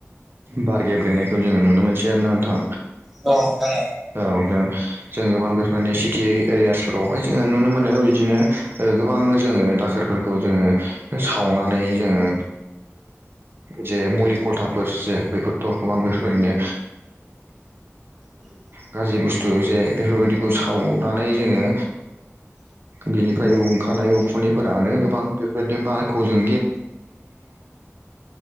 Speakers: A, on the right (about 45°); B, in the centre.
A: बार गेब्लेनायखौ जोङो नुनो मोनसै आरोना नोंथां
B: औ नोंथां औ
A: औ जों। जों गोबां बेफोरनि सिटि एरियासफोरावहाय जोङो नुनो मोनो बिदिनो गोबां जोङो। दाखोरखौ। खौ जोङो सावनानै जोङो जे मुलि खलथाफोर। बेफोरथ' गोबां बेफोरबायदिनो। गाज्रि बुस्थु जे बेफोरबायदिखौ सावनानै जोङो। बिनिफ्राय ओंखारनाय उखुनायफोरानो गोबां। गोबां बेफोरबायदिनो बार'। गोबां